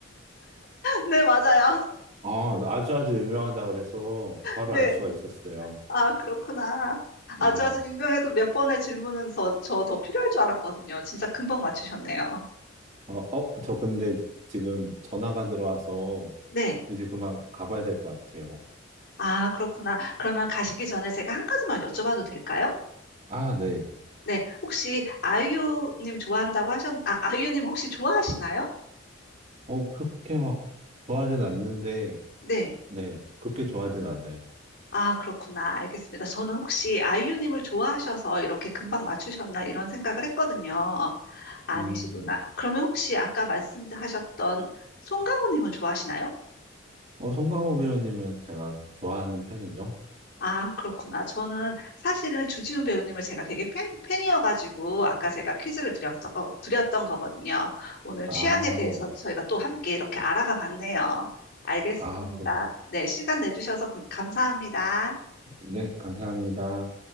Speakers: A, on the left (about 60°); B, on the right (about 35°).
A: 네, 맞아요. <laughs>
B: 아, 아주 아주 유명하다 그래서 바로
A: 네.
B: 알 수가 있었어요.
A: 아, 그렇구나.
B: 네.
A: 아주 아주 유명해도 몇 번의 질문은 저 더 필요할 줄 알았거든요. 진짜 금방 맞추셨네요.
B: 어, 어, 저 근데 지금 전화가 들어와서
A: 네.
B: 이제 그만 가봐야 될 것 같아요.
A: 아, 그렇구나. 그러면 가시기 전에 제가 한 가지만 여쭤봐도 될까요?
B: 아, 네.
A: 네. 혹시 아이유님 좋아한다고 하셨, 아, 아이유님 혹시 좋아하시나요?
B: 어, 그렇게 막 좋아하진 않는데,
A: 네.
B: 네. 그렇게 좋아하진 않아요.
A: 아, 그렇구나. 알겠습니다. 저는 혹시 아이유님을 좋아하셔서 이렇게 금방 맞추셨나 이런 생각을 했거든요. 아니시구나.
B: 음.
A: 그러면 혹시 아까 말씀하셨던 송강호님은 좋아하시나요?
B: 어, 송강호 배우님은 제가 좋아하는 편이죠.
A: 아, 그렇구나. 저는 사실은 주지훈 배우님을 제가 되게 팬, 팬이어가지고 아까 제가 퀴즈를 드렸던, 거, 드렸던 거거든요. 오늘 취향에
B: 아,
A: 대해서 저희가 또 함께 이렇게 알아가 봤네요. 알겠습니다.
B: 아, 그,
A: 네, 시간 내주셔서 감- 감사합니다.
B: 네. 감사합니다.